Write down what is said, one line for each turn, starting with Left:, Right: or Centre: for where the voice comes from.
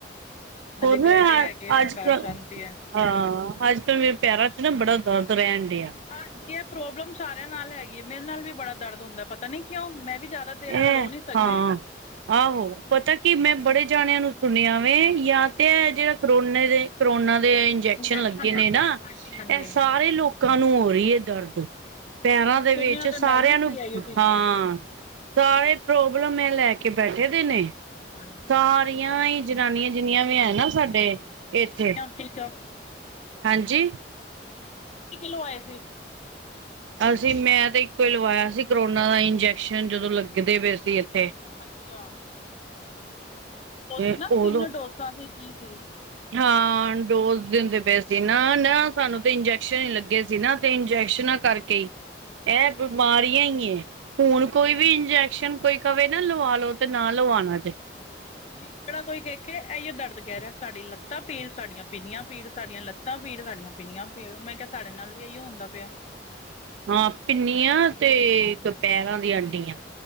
Right: ਹੋਰ
Left: ਹਜੇ
Right: ਨਾ
Left: ਗਏ ਦੇ ਹੈਗੇ ਐਂ,
Right: ਅੱਜ
Left: ਘਰ
Right: ਕੱਲ
Left: ਸ਼ਾਂਤੀ ਐ।
Right: ਹਾਂ, ਅੱਜ-ਕੱਲ ਮੇਰੇ ਪੈਰਾਂ 'ਚ ਨਾ ਬੜਾ ਦਰਦ ਰੈਨ ਡੇਆ।
Left: ਹਾਂਜੀ, ਏਹ ਪ੍ਰੋਬਲਮ ਸਾਰੇਆਂ ਨਾਲ ਹੈਗੀ, ਮੇਰੇ ਨਾਲ ਵੀ ਬੜਾ ਦਰਦ ਹੁੰਦੈ, ਪਤਾ ਨੀ ਕਿਉਂ ਮੈਂ ਵੀ ਜਾਦਾ
Right: ਇਹ
Left: ਚਿਰ ਖਲੋ ਨੀਂ ਸਕਦੇ।
Right: ਹਾਂ ਆਹੋ ਪਤਾ ਕੀ ਮੈਂ ਬੜੇ ਜਾਨੇਆਂ ਨੂੰ ਸੁਨੇਆਂ ਵੇ ਯਾ ਤੇ
Left: ਅੱਛਾ
Right: ਐ ਜੇ ਕਰੋਨੇ ਦੇ ਕਰੋਨਾ ਦੇ ਇੰਨਜੈਕਸ਼ਨ
Left: ਇੰਜੈਕਸ਼ਨ
Right: ਲੱਗੇ
Left: ਲੱਗਿਆ
Right: ਨੇ ਨਾ
Left: ਹਾਂਜੀ ਹਾਂਜੀ
Right: ਐ ਸਾਰੇ ਲੋਕਾਂ ਨੂੰ ਹੋ ਰੀ ਏ ਦਰਦ ਪੈਰਾਂ ਦੇ
Left: ਸੁਣਿਆ
Right: ਵਿੱਚ ਸਾਰੇਆਂ
Left: ਤਾਂ ਮੈਂ ਵੀ
Right: ਨੂੰ
Left: ਸੀ ਆਈਓ ਚੀਜ਼ਾਂ
Right: ਹਾਂ ਸਾਰੇ ਪ੍ਰੋਬਲਮ ਐ ਲੈ ਕੇ ਬੈਠੇ ਦੇ ਨੇ।
Left: ਹਾਂਜੀ
Right: ਸਾਰੀਆਂ ਈ ਜਨਾਨੀਆਂ ਜਿੰਨੀਆਂ ਵੀ ਐ ਨਾ ਸਾਡੇ ਏਥੇ
Left: ਠੀਕ ਆ।
Right: ਹਾਂਜੀ
Left: ਟੀਕੇ, ਲਵਾਏ ਫੇਰ
Right: ਅਸੀਂ ਮੈਂ ਤੇ ਇੱਕੋ ਈ ਲਵਾਇਆ ਸੀ, ਕਰੋਨਾ ਦਾ ਇੰਜੈਕਸ਼ਨ ਜਦੋਂ ਲੱਗਦੇ ਪਏ ਸੀ ਐਥੇ।
Left: ਅੱਛਾ। ਓਨਾਂ
Right: ਤੇ
Left: ਸੀ ਨਾ
Right: ਉਦੋਂ
Left: ਤਿੰਨ ਡੋਸਾ ਦੇ ਟੀਕੇ।
Right: ਹਾਂ ਡੋਜ਼ ਦਿੰਦੇ ਪਏ ਸੀ ਨਾ-ਨਾ ਸਾਨੂੰ ਤੇ ਇੰਜੈਕਸ਼ਨ ਈ ਲੱਗੇ ਸੀ ਨਾ ਤੇ ਇੰਜੈਕਸ਼ਨਾਂ ਕਾਰ ਕੇ ਐ ਬਿਮਾਰੀਆਂ ਈ ਏ। ਹੁਣ ਕੋਈ ਵੀ ਇੰਜੈਕਸ਼ਨ ਕੋਈ ਕਵੇ ਨਾ ਲਵਾ ਲੋ ਤੇ ਨਾ ਲਵਾਣਾ ਜੇ।
Left: ਨਈ ਕੇੜਾ ਕੋਈ ਦੇਖੇ ਐਇਓ ਦਰਦ ਕੈ ਰੇਆ ਸਾਡੀ ਲੱਤਾਂ ਪੀੜ ਸਾਡੀਆਂ ਪੀਣੀਆਂ ਪੀੜ ਸਾਡੀਆਂ ਲੱਤਾਂ ਤਾਂ ਪੀੜ ਸਾਡੀਆਂ ਪੀਣੀਆਂ ਪੀੜ ਮੈਂ ਕੇਆ ਸਾਡੇ ਨਾਲ ਵੀ ਐਇਓ ਹੁੰਦਾ ਪਯਾ।
Right: ਹਾਂ, ਪਿਨੀਆਂ ਤੇ ਇਕ ਪੈਰਾਂ ਦੀਆਂ ਅੱਡੀਆਂ।